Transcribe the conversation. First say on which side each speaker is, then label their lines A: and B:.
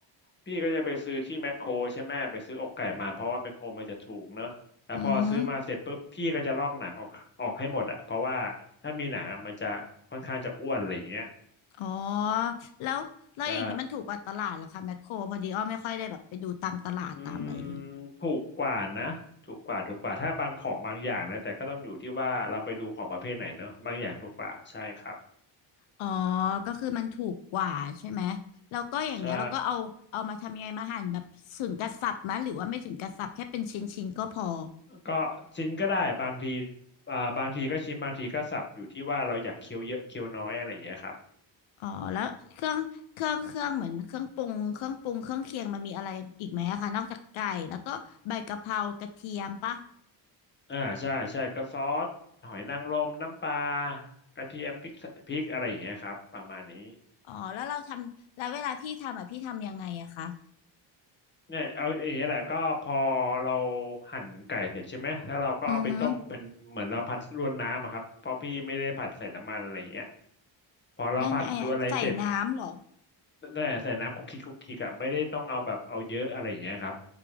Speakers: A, on the left; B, on the left.
A: พี่ก็จะไปซื้อที่แมคโครใช่ไหมไปซื้ออกไก่มาเพราะว่าแมคโครมันจะถูกเนอะแล้วพอซื้อมาเสร็จปุ๊บพี่ก็จะลอกหนังออกออกให้หมดอะเพราะว่าถ้ามีหนังอะมันจะค่อนข้างจะอ้วนอะไรอย่างเงี้ย
B: อือฮึอ๋อแล้วแล้วอย่างนี้มันถูกกว่าตลาดเหรอคะแมคโครพอดีอ้อไม่ค่อยได้แบบไปดูตามตลาดตามอะไรเลย
A: ใช่อืมถูกกว่านะถูกกว่าถูกกว่าถ้าบางของบางอย่างนะแต่ก็ต้องอยู่ที่ว่าเราไปดูของประเภทไหนเนอะบางอย่างถูกกว่าใช่ครับ
B: อ๋อก็คือมันถูกกว่าใช่ไหมแล้วก็อย่างเงี้ยเราก็เอาเอามาทำยังไงมาหั่นแบบถึงกระสับไหมหรือว่าไม่ถึงกระสับแค่เป็นชิ้นๆก็พอ
A: ใช่ก็ชิ้นก็ได้บางทีอ่าบางทีก็ชิ้นบางทีก็สับอยู่ที่ว่าเราอยากเคี้ยวเยอะเคี้ยวน้อยอะไรอย่างเงี้ยครับ
B: อ๋อแล้วเครื่องเครื่องเครื่องเหมือนเครื่องปรุงเครื่องปรุงเครื่องเคียงมันมีอะไรอีกไหมอะคะนอกจากไก่แล้วก็ใบกะเพรากระเทียมปะ
A: อ่าใช่ใช่ก็ซอสหอยนางรมน้ำปลากระเทียมพริกพริกอะไรอย่างเงี้ยครับประมาณนี้
B: อ๋อแล้วเราทำแล้วเวลาพี่ทำอ่ะพี่ทำยังไงอะคะ
A: เนี่ยเอาอย่างเงี้ยแหละก็พอเราหั่นไก่เสร็จใช่ไหมแล้วเราก็เอาไปต้มเป็นเหมือนเราผัดรวนน้ำอะครับเพราะพี่ไม่ได้ผัดใส่น้ำมันอะไรอย่างเงี้ย
B: อือฮึ
A: พอเราผัดรวนอะไรเสร็จ
B: ยังไงอะใส่น้ำเหรอ
A: แต่ใส่น้ำคุกคิกคุกคิกอะไม่ได้ต้องเอาแบบเอาเยอะอะไรอย่างเงี้ยครับ